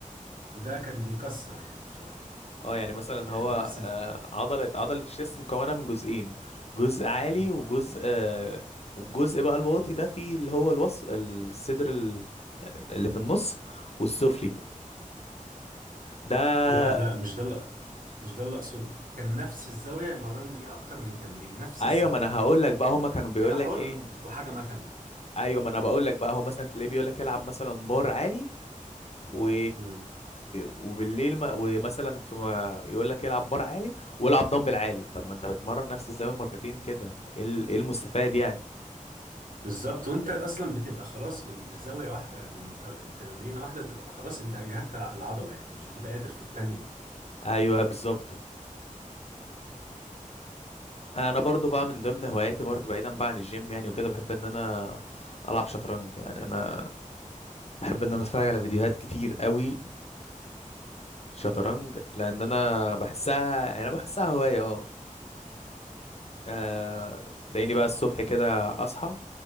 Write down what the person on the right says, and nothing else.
وده كان بيكسر يعني بصراحة
يعني
نفس
مم.
لا لا مش ده اللي- مش ده اللي اقصده كان نفس الزاويه يمرني بيها اكتر من تمرين نفس
الزاويه
حاجه حر
وحاجه مكن
امم
بالظبط وانت اصلا بتبقى خلاص من الزاويه واحده من طر... من تمرينه واحده بتبقى خلاص انت اجهدت الع- العضله يعني مش بتبقى قادر في التانيه